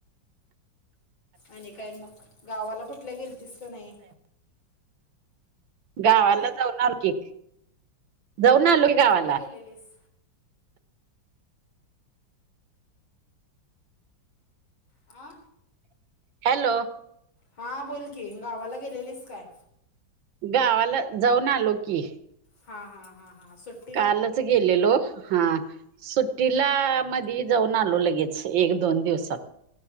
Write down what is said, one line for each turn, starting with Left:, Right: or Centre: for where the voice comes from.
Left: आणि काय मग? गावाला कुठल्या गेलतीस काय नाही?
Right: गावाला
Left: काय
Right: जाऊन आलो की, जाऊन आलो.. गावाला
Left: कुठल्या गेलेलीस? आ
Right: हॅलो!
Left: हा बोलकी, गावाला गेलेलीस काय?
Right: गावाला जाऊन आलो की.
Left: हा हा हा हा सुट्ट
Right: कालच गेलेलो. हा सुट सुट्टीला मधी जाऊन आलो लगेच एक दोन दिवसात